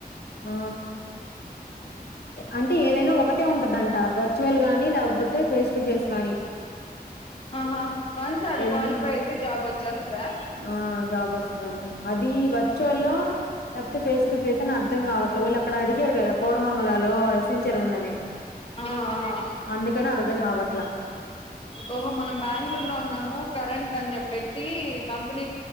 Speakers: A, on the left; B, on the left.
A: ఆ అంటే ఏదైనా ఒకటే ఉంటదంట వర్చువల్ గానీ లేకపోతే ఫేస్ టు ఫేస్ గాని
B: ఆహా వన్స్ అది
A: ఏదైనా
B: క్వాలిఫై అయితే జాబ్ వచ్చేస్తుదా
A: ఆ జాబ్ వస్తది అంట అది వర్చువల్ లో కాకపోతే ఫేస్ టు ఫేస్ అని అర్థం కావట్లే వాళ్ళు అక్కడ అడిగారు కదా కోరమంగళలో ఎసెంచర్ ఉందని
B: ఆ ఆ
A: అందుకని అర్థం కావట్ల
B: ఓహో మనం బెంగళూరు లో ఉన్నాము కరెంట్ అని చెప్పట్టి కంపెనీ